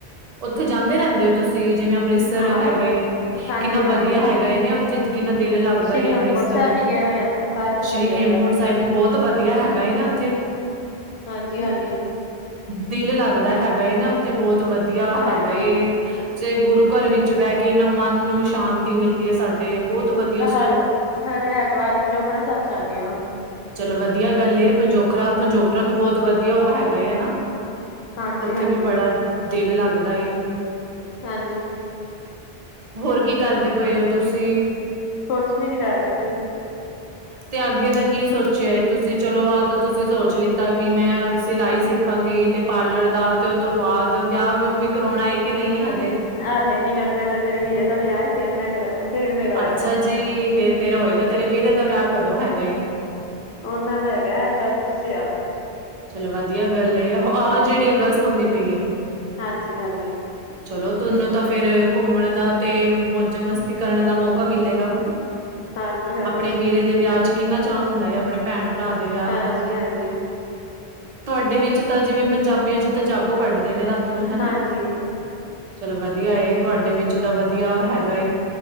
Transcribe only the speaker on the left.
ਹਾਂ
ਹਾਂਜੀ
ਹਾਂਜੀ
ਸ਼੍ਰੀ
ਹੇਮਕੁੰਟ ਸਾਹਿਬ ਵੀ ਗਏ ਹੋਏ ਆ ਅਸੀਂ ਸਾਰੀ ਜਗ੍ਹਾ
ਗਏ
ਹੋਏ ਆ
ਹਾਂਜੀ-ਹਾਂਜੀ।
ਹਾਂਜੀ
ਹ ਹਰ ਐਤਵਾਰ ਪੰਜੋਖੜਾ ਸਾਹਿਬ ਜਾਨੇ ਆ।
ਹਾਂਜੀ
ਹਾਂਜੀ
ਹਾਂਜੀ।
ਕੁਛ ਵੀ ਨੀ ਕਰਦੇ ਪਏ।
ਹਲੇ ਨੀ ਕਰਨਾ ਹਾਲੇ ਮੇਰੇ ਵੀਰੇ ਦਾ ਵਿਆਹ ਫੇਰ ਮੈਂ ਕਰਾਨਾ ਫੇਰ ਮੇਰਾ ਆਏਗਾ।
ਉਹਨਾਂ ਦਾ ਹੈਗਾ ਅਗਸਤ ਚ ਆ।
ਹਾਂਜੀ ਹਾਂਜੀ।
ਹਾਂਜੀ ਹਾਂਜੀ
ਹਾਂਜੀ
ਹਾਂਜੀ।
ਹਾਂਜੀ